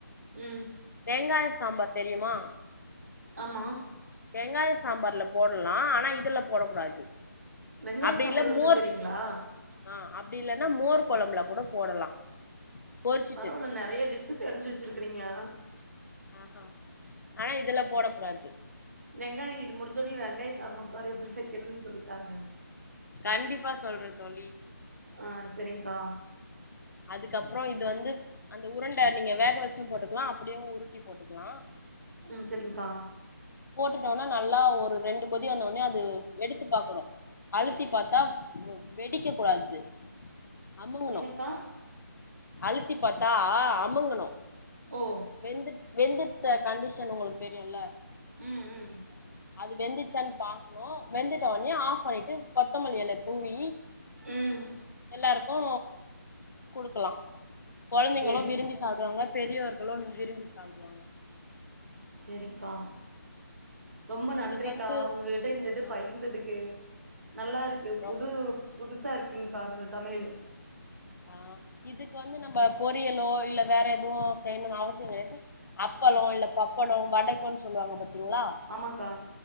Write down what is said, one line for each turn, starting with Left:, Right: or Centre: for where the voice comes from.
Right: ம்
Left: வெங்காயோ சாம்பார் தெரியுமா
Right: ஆமா
Left: வெங்காய சாம்பார்ல போட்லா ஆனா இதுல போடக்கூடாது
Right: வெங்காய
Left: அப்டி
Right: சாம்பார்ல்லா
Left: இல்ல மோர்
Right: தெரியுங்களா
Left: ஆ அப்டி இல்லனா மோர் கொழம்புல கூட போடலா பொறிச்சிட்டு
Right: பரவால்ல நெறையா டிஷ்ஷு தெரிஞ்சு வச்சுருக்குறீங்ளா
Left: ஆ ஹ ஆ இதுல போடக்கூடாது
Right: வெங்காயோ இது முடிச்சோனே வெங்காய சாம்பார் எப்டி வக்கிறதுன் சொல்லித்தாங்க
Left: கண்டிப்பா சொல்ற தோழி
Right: ஆ செரிங்க்கா
Left: அதுக்கப்றோ இது வந்து அந்த உருண்ட நீங்க வேக வச்சு போட்டுக்லா அப்புடியு உருட்டி போட்டுக்குலா
Right: ம் செரி்ங்க்கா
Left: போட்டுட்டோனா நல்லா ஒரு ரெண்டு கொதி வந்தோனே அது எடுத்து பாக்கணு அழுத்தி பாத்தா வ வெடிக்க கூடாது அமுங்குணு
Right: என்னங்க்கா
Left: அழுத்தி பாத்தா அமுங்குணு
Right: ஓ
Left: வெந்துட் வெந்துட்ட கண்டிஷன் உங்களுக் தெரியுல
Right: ம் ம்
Left: அது வெந்துன்ச்சான் பாக்கணு வெந்துட்டோனே ஆஃப் பண்ணிட்டு கொத்தமல்லியெல தூவி
Right: ம்
Left: எல்லாருக்கு குடுக்கலா கொழந்தைங்களா
Right: சேரிங்
Left: விரும்பிஸ் சாப்டுவாங்க பெரியவர்களு விரும்பி சாப்டுவாங்க
Right: செரிங்க்கா ரொம்ப நன்றிக்கா
Left: இதுக்கு வந்து
Right: உங்ககிட்ட இந்த இது
Left: ஆ
Right: பகிர்ந்ததுக்கு நல்லா இருக்கு
Left: ரொம்ப
Right: புது புதுசா இருக்குங்க்கா அந்த சமையலு
Left: ஆ இதுக்கு வந்து நம்ம பொரியலோ இல்ல வேற எதுவு செய்யணுனு அவசியம் கடையாது அப்பளோ இல்ல பப்படோ வடக்குன்னு சொல்லுவாங்க பாத்தீங்களா
Right: ஆமாக்கா